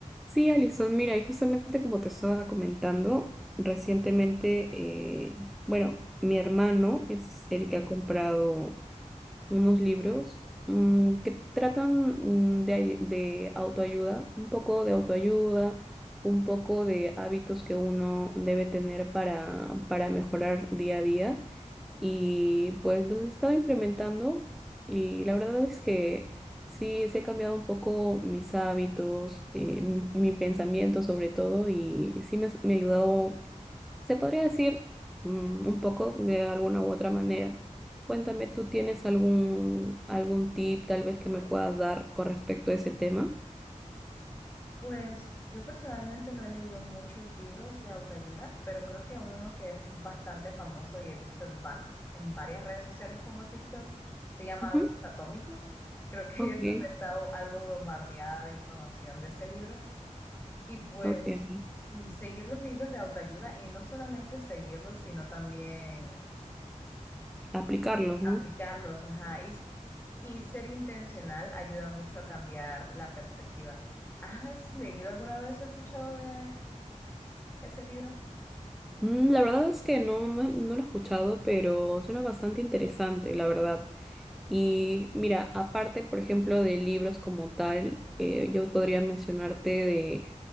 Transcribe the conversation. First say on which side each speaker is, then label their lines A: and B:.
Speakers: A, in the centre; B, on the left.
A: Sí, Alison, mira, y justamente como te estaba comentando, recientemente, eh, bueno, mi hermano es el que ha comprado unos libros mm, que tratan mm, de, ay- de autoayuda, un poco de autoayuda, un poco de hábitos que uno debe tener para, para mejorar día a día. Y pues los he estado implementando y la verdad es que sí, sí he cambiado un poco mis hábitos, eh, mi, mi pensamiento sobre todo y sí me, has- me ha ayudado, se podría decir mm, un poco de alguna u otra manera. Cuéntame, ¿tú tienes algún, algún tip tal vez que me puedas dar con respecto a ese tema?
B: Pues yo personalmente no he leído muchos libros de autoayuda, pero creo que uno que es bastante famoso y he visto en, vas- en varias redes sociales como TikTok se llama
A: Ujú,
B: Hábitos Atómicos. Creo que
A: Ok,
B: <laughs> eso me está o- algo bombardeada de información de ese libro. Y pues
A: ok, ok.
B: sí, seguir los libros de autoayuda y no solamente seguirlos, sino también
A: aplicarlos, ¿no?
B: aplicarlos, ajá, y, s- y ser intencional ayuda mucho a cambiar la perspectiva. ¿Has leído alguna vez o escuchado de ese libro?
A: Mm, La verdad es que no, no, no lo he escuchado, pero suena bastante interesante, la verdad. Y mira, aparte, por ejemplo, de libros como tal, eh, yo podría mencionarte de